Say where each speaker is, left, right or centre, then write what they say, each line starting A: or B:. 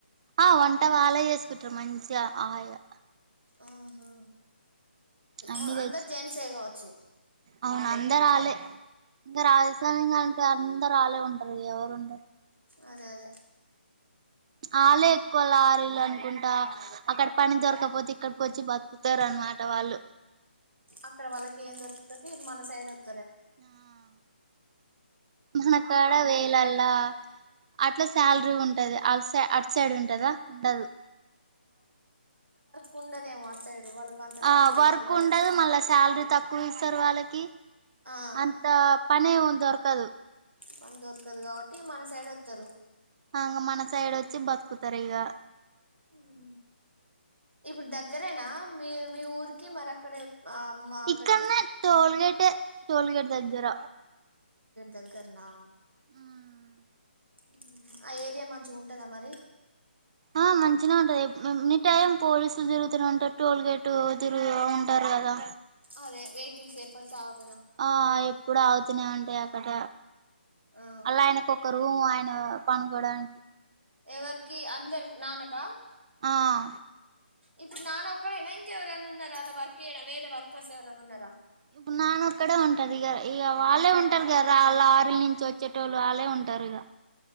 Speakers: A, on the right; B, on the right.
A: ఆ వంట వాళ్లే చేసుకుంటారు మంచిగా హాయిగా
B: ఆహా
A: అన్ని
B: ఆ అందరు
A: తెచ్చు
B: జెంట్స్ యే కావచ్చు
A: అవును అందరు ఆల్లే ఇంగా రాజస్వామంగాని ఆళ్ళే ఉంటారు ఇగ ఎవరు ఉండరు.
B: అదే అదే
A: ఆళ్ళే ఎక్కువ లారీళ్లు అనుకుంటా. అక్కడ పని దొరకకపోతే ఇక్కడికి వచ్చి బతుకుతారు. అనమాట వాళ్ళు
B: అక్కడ వాళ్ళకి ఏం దొరుకుతది. మన సైడ్ వత్
A: ఆహ్ మనకాడ వేల్ లలా అట్లా శాలరీ ఉంటది. అల్ సై అటు సైడ్ ఉంటదా ఉండదు.
B: కుండదేమో అట్ సైడ్ వాళ్ళకి అంత పని
A: ఆ
B: దొరకదు
A: వర్క్
B: కావచ్చు
A: ఉండదు మళ్ళా. శాలరీ తక్కువ్ కు ఇస్తారు వాళ్ళకి.
B: ఆ
A: అంత పనే ఉన్ దొరకదు
B: పని దొరకదు కాబట్టి మన సైడ్ వస్తారు.
A: అంగ మన సైడ్ వచ్చి బతుకుతారు ఇగా
B: ఉహ్ ఇప్పుడు దగ్గరేనా మీ మీ ఊరికి మరి అక్కడే ఆహ్ మా అక్కడికి
A: ఇక్కడనే టోల్గేట్ టోల్గేట్ దగ్గర
B: దగ్గర్న
A: ఉహ్మ్
B: ఉహ్ ఆ ఏరియా మంచిగ ఉంటదా మరి
A: ఆ మంచిన్నే ఉంటది. ఎనీ టైం పోలీసులు తిరుగుతూనే ఉంటారు టోల్ గేట్ తిరుగు ఉంటారు. కదా
B: అదే వేకిల్స్ ఎపర్కి అగ్
A: ఆ ఎప్పుడు అగుత్ తున్నె ఉంటే అక్కడ
B: ఆ
A: అల్లా ఆయనకు ఒక రూమ్ ఆయన ఆహ్ పనుకోడానికి
B: ఎవరికి అందరికి నానకా
A: ఆహ్
B: ఇప్పుడు నాన ఒక్కడేనా ఇంకెవరైనా ఉన్నారా. అలా వర్క్ చేయడం వేరే వర్కర్స్ ఎవరైనా ఉన్నారా.
A: ఇప్పుడు నాన్న ఒక్కడే ఉంటది. ఇగ ఇగ వాళ్ళే ఉంటారు. గాదా ళ్ళ లారీ నుంచి వచ్చేటోళ్ళు వాళ్ళే ఉంటారు ఇగా.